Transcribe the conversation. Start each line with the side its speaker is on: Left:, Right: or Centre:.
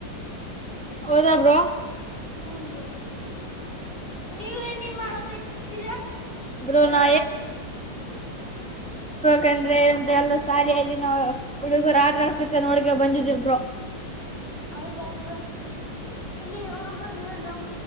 Centre: ಹೌದಾ ಬ್ರೋ.
Left: ಹ್ಮ ಬ ನೀವೇ ನೀ ಮಾಡಕ ತಿದ್ದೀರಾ?
Centre: ಬ್ರೋ ನಾ ಕಂದ್ರೆ ಬ್ಯಾಲೆಸ್ ಸಾಲಿಯಲ್ಲಿ ನಾವು ಹುಡುಗ್ರು ಆಟ ಆಡ್ಕೂತ ನೋಡ್ಕ ಬಂದಿದ್ವಿ ಬ್ರೊ.
Left: ಹೌದಾ ಬ್ರೋ ಇಲ್ಲಿ ಹುಡುಗುರ್ನೀ ನಮ್